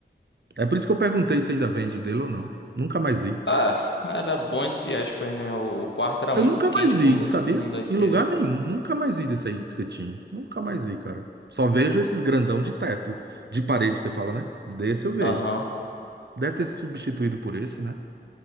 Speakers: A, on the right (about 65°); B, on the left (about 85°).
A: É por isso que eu perguntei se ainda vende dele ou não. Nunca mais vi.
B: Ah, era bom entre aspas, né? O, o quarto era
A: Eu
B: muito
A: nunca mais
B: quente
A: vi,
B: pra um, da,
A: sabia?
B: um daquele.
A: Em lugar nenhum. Nunca mais vi desse aí que você tinha. Nunca mais vi, cara. Só vejo esses grandão de teto, de parede, você fala, né? Desse eu vejo.
B: Aham,
A: Deve ter se substituído por esse, né?